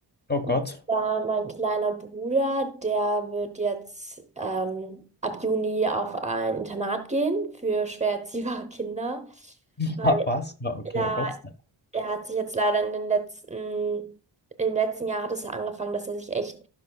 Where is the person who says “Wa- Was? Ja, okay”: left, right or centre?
Left